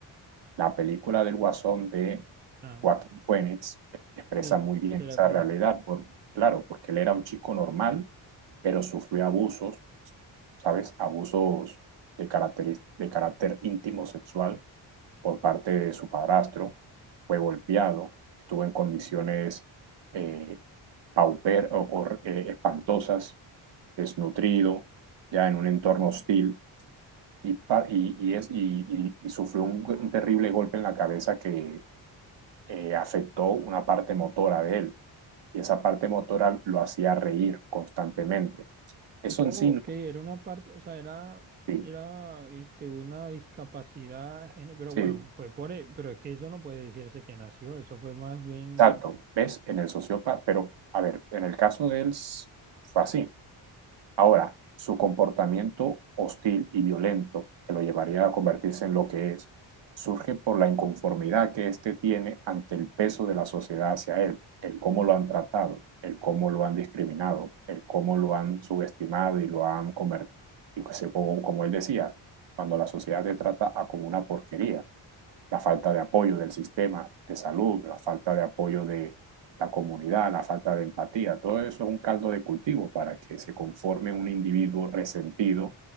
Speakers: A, on the right (about 60°); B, on the right (about 20°).
A: La película del Guasón de
B: Ah,
A: Joaquín Phoenix expresa
B: sí,
A: muy bien
B: se la
A: esa
B: conozco.
A: realidad, por, claro, porque él era un chico normal, pero sufrió abusos, ¿sabes? Abusos de carácter, de carácter íntimo sexual por parte de su padrastro, fue golpeado, estuvo en condiciones eh, pauper o, o eh, espantosas, desnutrido, ya en un entorno hostil, y, y, y, es, y, y, y sufrió un, un, terrible golpe en la cabeza que eh, afectó una parte motora de él y esa parte motora lo hacía reír constantemente. Eso
B: Oh,
A: en sí,
B: ok,
A: no-
B: era una parte, o sea, era,
A: sí,
B: era este, una discapacidad, gene- pero bueno,
A: sí,
B: fue por, e- pero es que eso no puede decirse que nació, eso fue más bien,
A: exacto, ves, en el sociópata, pero a ver, en el caso de él fue así, Ahora, su comportamiento hostil y violento, que lo llevaría a convertirse en lo que es, surge por la inconformidad que éste tiene ante el peso de la sociedad hacia él, el cómo lo han tratado, el cómo lo han discriminado, el cómo lo han subestimado y lo han convertido, como, como él decía, cuando la sociedad te trata a como una porquería la falta de apoyo del sistema de salud, la falta de apoyo de la comunidad, la falta de empatía, todo eso es un caldo de cultivo para que se conforme un individuo resentido